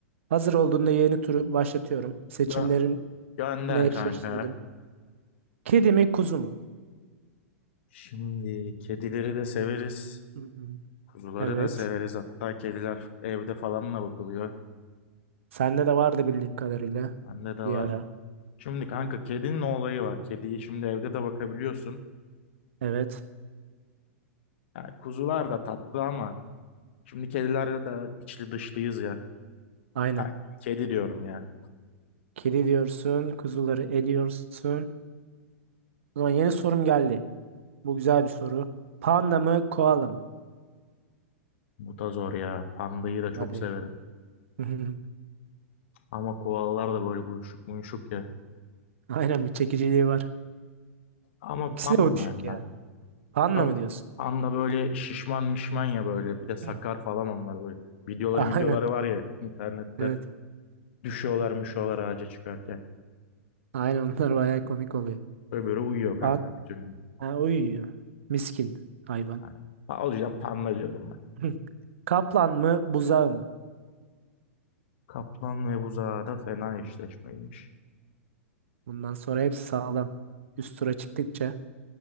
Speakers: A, on the right; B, on the left.
A: Hazır olduğunda yeni turu başlatıyorum. Seçimlerini
B: Gö- gönder
A: eşleştirdim.
B: kanka.
A: Kedi mi kuzu mu?
B: Şimdi kedileri de severiz.
A: Hı hı.
B: Kuzuları
A: Evet.
B: da severiz. Hatta kediler evde falanla bakılıyor.
A: Sende de vardı bildiğim kadarıyla.
B: Bende de var.
A: Bir ara.
B: Şimdi kanka kedinin olayı var. Kediyi şimdi evde de bakabiliyorsun.
A: Evet.
B: Yani kuzular da tatlı ama Şimdi kedilerle de içli dışlıyız ya.
A: Aynen.
B: Ay, kedi diyorum ya.
A: Kedi diyorsun. Kuzuları eliyorsun. O zaman yeni sorum geldi. Bu güzel bir soru. Panda mı, koala mı?
B: Mutazor ya. Pandayı da çok
A: Hadi.
B: severim.
A: <laughs>
B: Ama koalalar da böyle uyuşuk muyuşuk ya.
A: Aynen bir çekiciliği var.
B: Ama
A: İkisi
B: panda
A: de uyuşuk ya.
B: ya.
A: Panda
B: Pan-
A: mı diyorsun?
B: Panda böyle şişman mişman ya böyle. Bir de sakar
A: Hı.
B: falan onlar böyle. Videoları
A: Aynen.
B: videoları var ya internette.
A: Evet.
B: Düşüyorlar müşüyorlar ağaca çıkarken.
A: Aynen onlar bayağı komik oluyor.
B: Böyle böyle uyuyor kanka
A: Pan
B: bütün gün.
A: ha, uyuyor. Miskin hayvan.
B: Yani, pa- o yüzden panda diyorum ben.
A: Hı. Kaplan mı, buzağı mı?
B: Kaplan ve buzağı da fena eşleşmeymiş.
A: Bundan sonra hepsi sağlam. Üst tura çıktıkça.